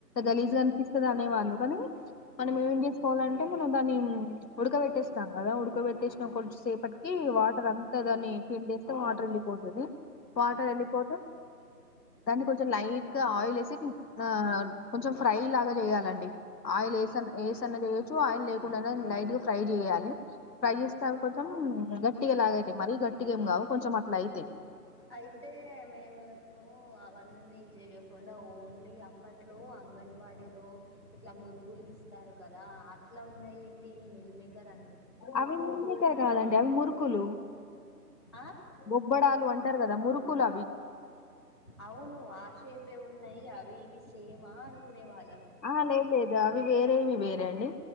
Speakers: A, on the left; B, on the left.
A: గలీజ్ అనిపిస్తది అనేవాళ్ళ కానీ మనం ఏం చేసుకోవాలంటే మనం దాన్ని ఉడకబెట్టేసన్నం కదా ఉడకబెట్టేసిన కొంచెం సేపటికి వాటర్ అంతా దాన్ని ఫీన్ డేస్ తం వాటర్ వెళ్ళిపోతది వాటర్ వెళ్ళిపోతే దాన్ని కొంచెం లైట్ గా ఆయిల్ వేసి ఆ కొంచెం ఫ్రై లాగా చేయాలండి ఆయిల్ ఏసన్న ఏసన్న చేయొచ్చు ఆయిల్ లేకుండానే లైట్ గా ఫ్రై చేయాలి ఫ్రై చేస్తే అ కొంచెం గట్టిగా లాగ అయితయి మరి గట్టిగా ఏం కావు కొంచెం అట్లా అయితయి
B: అయితే మేము అవన్నీ చేయకుండా ఓన్లీ ఆ అప్పట్లో అంగన్వాడీలో ఇట్లా మురుకులు ఇస్ ఇస్తరు కదా అట్ల ఉన్నయి ఏంటి మిల్మేకర్ అని
A: అవిన్నినిక కాదండి అవి మురుకులు
B: ఆ
A: బొబ్బడాలు అంటారు కదా మురు కులవి
B: అవును ఆషేపే ఉన్నయి అ అవి ఇవి సేమా అనుకునే వాళ్
A: ఆ లేదు లేదు అవి వేరేవి వేరండి